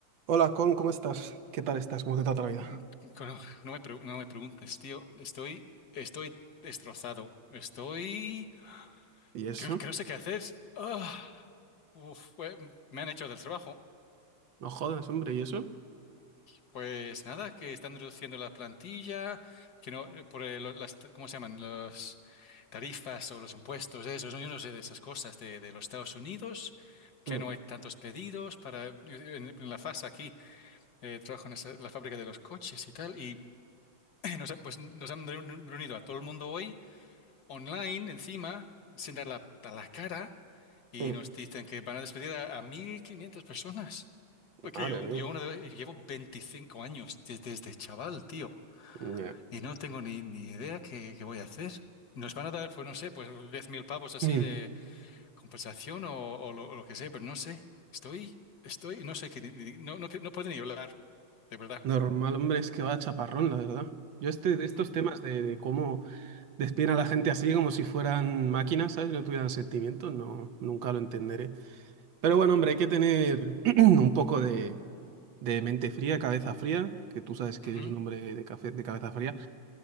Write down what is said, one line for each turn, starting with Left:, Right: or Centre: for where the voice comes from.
Right: Hola, Con, ¿cómo estás? ¿Qué tal estás? ¿Cómo te trata la vida?
Left: Mm, cono- No me, pregu- no me preguntes, tío. Estoy, estoy destrozado. Estoy.
Right: ¿Y eso?
Left: Creo, creo sé qué hacer. Ah, uf, eh, me han hecho del trabajo.
Right: No jodas, hombre, ¿y eso?
Left: Pues nada, que están reduciendo la plantilla, que no, eh, por eh, lo- las, ¿cómo se llaman? Las tarifas o los impuestos, eso. ¿no? Yo no sé de esas cosas de, de los Estados Unidos, que
Right: Mm,
Left: no hay tantos pedidos para. En, en la fase aquí, eh, trabajo en esa- la fábrica de los coches y tal. Y <clears throat> nos, ha- pues, nos han reunido a todo el mundo hoy. online encima, sin dar la, a la cara, y
Right: mm,
Left: nos dicen que van a despedir a, a 1.500 personas. Porque
Right: madre
Left: yo,
Right: mía.
Left: yo una vez- llevo 25 años des- desde, chaval, tío,
Right: Ya.
Left: y no tengo ni, ni idea qué, qué voy a hacer. Nos van a dar, pues no sé, pues 10.000 pavos así
Right: Mm,
Left: de compensación o, o lo, o lo que sea, pero no sé. Estoy, estoy, no sé, que, ni- ni- no, no, que- no puedo ni hablar, de verdad.
Right: Normal, hombre, es que va chaparrón, la verdad. Yo este,
Left: Mm,
Right: estos temas de, de cómo despiden a la gente así como si fueran máquinas, ¿sabes? Y No tuvieran sentimientos, no, nunca lo entenderé. Pero bueno, hombre, hay que tener <clears throat> un poco de, de mente fría, cabeza fría, que tú sabes que
Left: ujú,
Right: eres un hombre de, cafe- de cabeza fría.